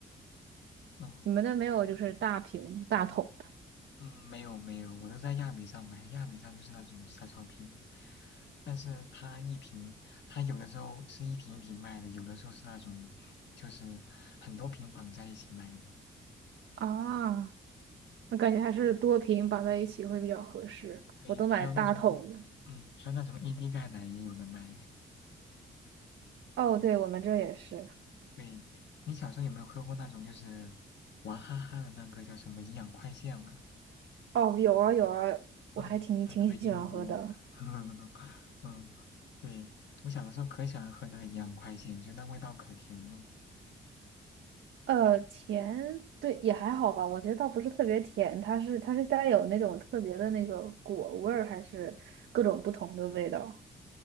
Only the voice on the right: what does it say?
你们那没有就是大瓶大桶的
啊？我感觉还是多瓶绑在一起会比较合适，
我都买大桶的。
哦，对，我们这儿也是。
哦，有啊有啊，我还挺挺喜欢喝的。
呃，甜，对，也还好吧，我觉得倒不是特别甜，它是它是带有那种特别的那个果味儿，还是各种不同的味道。